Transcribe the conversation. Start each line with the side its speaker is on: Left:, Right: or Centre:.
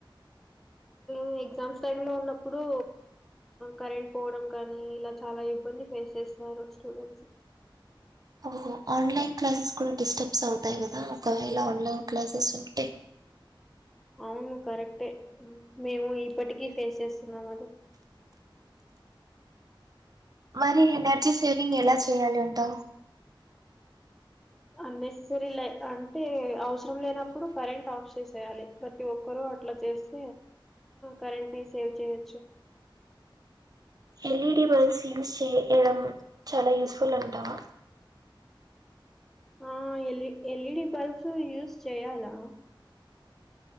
Centre: మ్ ఎగ్జామ్స్ టైమ్ లో ఉన్నప్పుడు కరెంట్ పోవడం కానీ ఇలా చాలా ఇబ్బంది ఫేస్ చేస్తుబన్నారు స్టూడెంట్స్
Right: ఓహో ఆన్లైన్ క్లాసెస్ కూడా డిస్టర్బ్స్ అవుతాయి కదా ఒకవేళ ఆన్లైన్ క్లాసెస్ ఉంటే
Centre: అవును కరెక్టే మేము ఇప్పటికీ ఫేస్ చేస్తున్నాం అది
Right: మరి ఎనర్జీ సేవింగ్ ఎలా చేయ్యాలంటావు
Centre: అన్నెససరీ అంటే అవసరం లేనప్పుడు కరెంట్ ఆఫ్ చేసేయాలి ప్రతి ఒక్కరూ అట్లా చేస్త కరెంట్ బిల్ సేవ్ చేయచ్చు!
Right: ఎల్ఈడి బల్బ్స్ యూజ్ చేయడం చాలా యూస్ఫుల్ అంటావా
Centre: ఆ ఎల్ ఎల్ఈడి బల్బ్స్ యూస్ చేయాలా